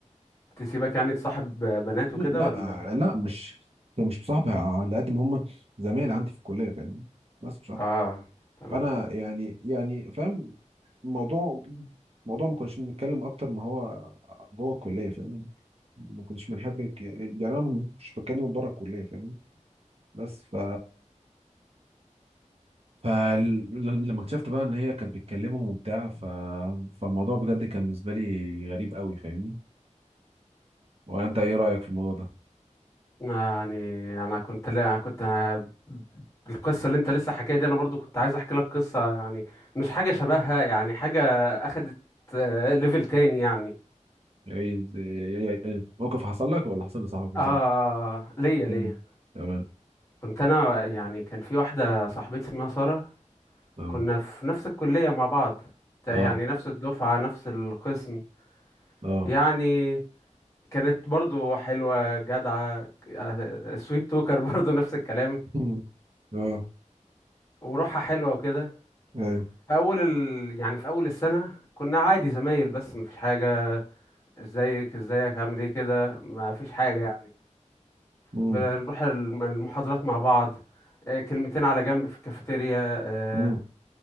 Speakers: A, on the left (about 25°); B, on the right (about 50°).
A: تسيبك يعني تصاحب بنات
B: لا
A: وكده ولا
B: لا مش مش مصاحبها على قد ما هم زمايل عندي في الكليه فاهمني بس مش اكتر
A: اه تمام
B: فانا يعني يعني فاهم الموضوع الموضوع ما كناش بنتكلم اكتر ما هو جوه الكليه فاهم ما كناش بنحب نك- يعني انا ما كنتش بتكلم بره الكليه فاهم بس ف فلما اكتشفت بقى ان هي كانت بتكلمهم وبتاع ف... فالموضوع بجد كان بالنسبه لي غريب قوي فاهمني ولا انت ايه رايك في الموضوع ده
A: يعني انا كنت لا كنت أنا القصه اللي انت لسه حكاها دي انا برضو كنت عايز احكي لك قصه يعني مش حاجه شبهها يعني حاجه اخدت آه، ليفل تاني يعني
B: ايه إيه- إيه- إيه، موقف حصل لك ولا حصل لصاحبك مثلا
A: اه آه، آه، ليا ليا
B: امم تمام
A: كنت انا يعني كان في واحده صاحبتي اسمها ساره
B: اه
A: كنا في نفس الكليه مع بعض تا-
B: اه
A: يعني نفس الدفعه نفس القسم
B: اه
A: يعني كانت برضو حلوة جدعة آه، سويت توكر <laughs> برضو نفس الكلام
B: <laughs> مم. اه
A: وروحها حلوة وكده
B: ايوه
A: في أول ال... يعني في أول السنة كنا عادي زمايل بس مفيش حاجة ازيك ازيك عامل ايه كده مفيش حاجة يعني
B: مم.
A: بنروح الم- المحاضرات مع بعض آه، كلمتين على جنب في الكافيتيريا آه،
B: امم